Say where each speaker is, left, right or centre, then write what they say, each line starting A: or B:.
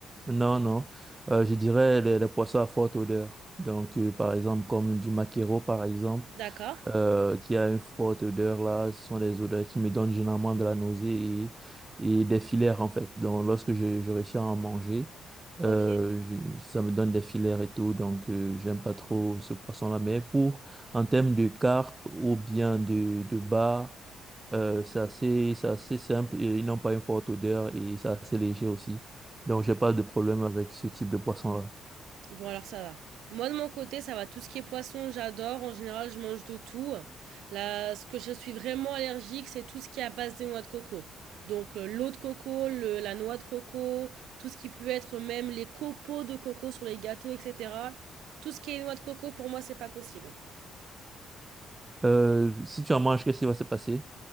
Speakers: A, on the right; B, on the right.
A: non, non. Euh, je dirais les, les poissons à forte odeur. Donc, euh, par exemple, comme du maquereau, par exemple
B: D'accord.
A: euh, qui a une forte odeur là. Ce sont des odeurs qui me donnent généralement de la nausée et, et des filaires en fait. Donc lorsque je, je réussis à en manger,
B: Ok.
A: euh, je- ça me donne des filaires et tout. Donc euh, j'aime pas trop ce poisson-là. Mais pour en termes de carpe ou bien de, de bar, euh, c'est assez, c'est assez simple. et Ils n'ont pas une forte odeur et c'est assez léger aussi. Donc j'ai pas de problème avec ce type de poisson-là.
B: Bon, alors ça va. Moi, de mon côté, ça va. Tout ce qui est poisson, j'adore. En général, je mange de tout. Là, ce que je suis vraiment allergique, c'est tout ce qui est à base de noix de coco. Donc, euh, l'eau de coco, le- la noix de coco, tout ce qui peut être même les copeaux de coco sur les gâteaux, etc. Tout ce qui est noix de coco, pour moi, c'est pas possible.
A: Euh, si tu en manges, qu'est-ce qui va se passer?